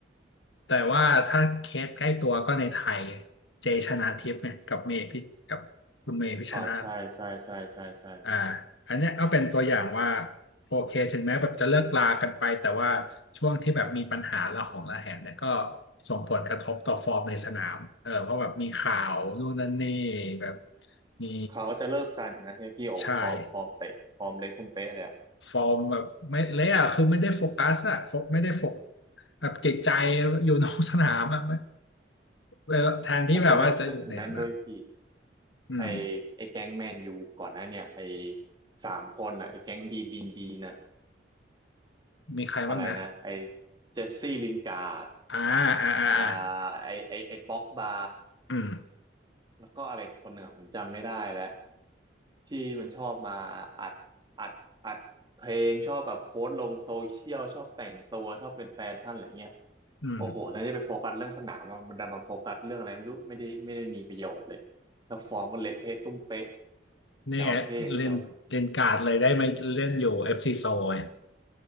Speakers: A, on the left (about 85°); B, on the right (about 25°).
A: แต่ว่าถ้าเคสใกล้ตัวก็ในไทยเจชนาทิพย์ไงกับเมย์พิกับคุณเมย์พิชชนาธิ์
B: อ๋อใช่ใช่ใช่ใช่ใช่
A: อ่าอันเนี้ยก็เป็นตัวอย่างว่าโอเคถึงแม้แบบจะเลิกลากันไปแต่ว่าช่วงที่แบบมีปัญหาระหองระแหงเนี่ยก็ส่งผลกระทบต่อฟอร์มในสนามเออเพราะแบบมีข่าวนู่นนั่นนี่แบบมี
B: เขาจะเลิกกันอย่างนั้นใช่ไหมพี่โอ้ฟอร์มฟอร์มเตะฟอร์มเล็กตุ้มเป๊ะเลยอะ
A: ใชายฟอร์มแบบไม่เละอะคือไม่ได้โฟกัสอะโฟกไม่ได้โฟกแบบจิตใจอยู่นอกสนามอะไม่แล้วแทนที่แบบว่าจะอยู่ในสนาม
B: ผมจะนึกนึกถึงนั่นด้วยพี่
A: อืม
B: ไอไอแก๊งแมนยูก่อนหน้าเนี่ยไอสามคนอ่ะไอแก๊งบีบีนบีน่ะ
A: มีใครบ้างนะ
B: อะไรนะไอเจสซี่ลินการ์ด
A: อ่าอ่าอ่าอ่า
B: อ่าไอไอไอป็อกบา
A: อืม
B: แล้วก็อะไรคนหนึ่งอะผมจำไม่ได้แล้วที่มันชอบมาอัดอัดอัดเพลงชอบแบบโพสต์ลงโซเชียลชอบแต่งตัวชอบเป็นแฟชั่นอะไรเงี้ย
A: อืม
B: โอ้โหแทนที่จะไปโฟกัสเรื่องสนามอะมันดันมาโฟกัสเรื่องอะไรไม่รู้ไม่ได้ไม่ได้มีประโยชน์เลยแล้วฟอร์มก็เละเทะตุ้มเป๊ะ
A: นี่ไงเล่นเล่นการ์ดเลยได้มาเล่นอยู่
B: จะเอาเท่อย่างเดียวเลย
A: FC โซไง